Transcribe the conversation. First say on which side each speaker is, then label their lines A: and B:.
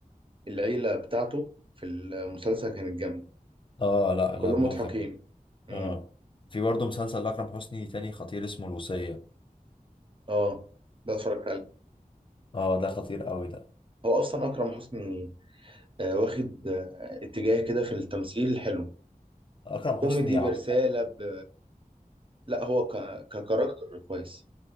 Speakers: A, on the right (about 35°); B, on the left (about 35°).
A: العيلة بتاعته في المسلسل كانت جامدة
B: اه لا لا
A: كلهم
B: مو-
A: مضحكين امم
B: اه في برضه مسلسل لأكرم حسني تاني خطير اسمه الوصية
A: اه ده اتفرجت عليه
B: اه ده خطير قوي ده
A: هو اصلا اكرم حسني آه واخد آه اتجاه كده في التمثيل حلو
B: اكرم
A: كوميدي
B: حسني عب...
A: برسالة ب... لا هو ك... ككاركتر كويس